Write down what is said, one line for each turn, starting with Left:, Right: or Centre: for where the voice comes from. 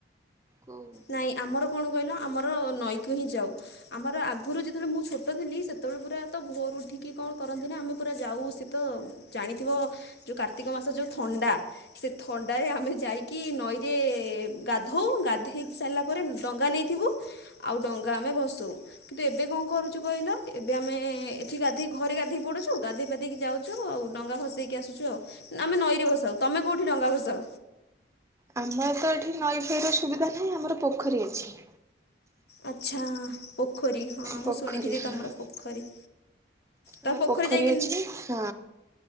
Right: କଉ
Left: ନାଇଁ ଆମର କଣ କହିଲ ଆମର ନଈକୁ ହିଁ ଯାଉ। ଆମର ଆଗରୁ ଯେତେବେଳେ ମୁଁ ଛୋଟ ଥିଲି ସେତେବେଳେ ପୁରା ତ ଭୋର ଉଠିକି କଣ କରନ୍ତି ନା ଆମେ ପୁରା ଯାଉ, ତ ଜାଣିଥିବ ଯୋଉ କାର୍ତ୍ତିକ ମାସ ଯୋଉ ଥଣ୍ଡା ସେ ଥଣ୍ଡାରେ ଆମେ ଯାଇକି ନଈରେ ଗାଧଉ ଗାଧୋଇକି ସାରିଲା ପରେ ଡଙ୍ଗା ନେଇଥିବୁ ଆଉ ଡଙ୍ଗା ଆମେ ଭାଷୌ ୟୁ। କିନ୍ତୁ ଏବେ କଣ କରୁଛୁ କହିଲ ଏବେ ଆମେ ଏଠି ଗାଧୋଇ ଘରେ ଗାଧେଇ ପଡୁଛୁ ଗାଧୋଇାଧେଇକି ଯାଉଛ ଆଉ ଡଙ୍ଗା ଖସେଇକି ଆସୁଛୁ ଆଉ ଆମେ ନଈରେ ବସାଅ ତମେ କୋଉଠି ଡା ଭସାଅ।
Right: ଆମର ତ ଏଠି ନଈ ଫଇର ସୁବିଧା ନାହିଁ ଆମର ପୋଖରୀ ଅଛି।
Left: ଆଚ୍ଛା ପୋଖରୀ ହଁ
Right: ପୋଖରୀ
Left: ମୁଁ ଶୁଣିଥିଲି
Right: ହଁ।
Left: ତମର ପୋଖରୀ ତ
Right: ଆ ପୋଖରୀ
Left: ଯାଇକି
Right: ଅଛି ହଁ